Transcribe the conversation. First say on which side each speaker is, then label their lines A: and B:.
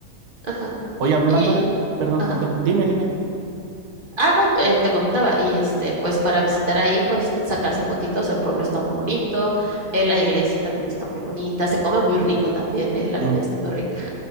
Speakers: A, on the right (about 35°); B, on the right (about 80°).
A: Ajá.
B: Oye, hablando
A: Y,
B: de, perdón,
A: ajá.
B: d- dime, dime,
A: Ah, no, eh, te comentaba. Y este, pues para visitar ahí, pues sacarse fotitos, el pueblo está muy bonito, eh, la iglesia también está muy bonita, se come muy rico también, eh, la
B: dime.
A: comida está muy rica.